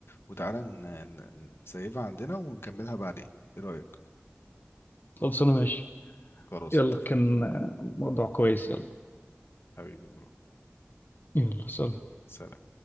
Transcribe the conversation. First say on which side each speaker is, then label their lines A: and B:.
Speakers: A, on the left (about 75°); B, on the left (about 55°).
A: وتعالى ن- ن- نسيبها عندنا ونكملها بعدين ايه رايك
B: خلاص انا ماشي
A: خلاص
B: يلا
A: اتفقنا
B: كان آه، موضوع كويس يلا
A: حبيبي برو
B: يلا سلام
A: سلام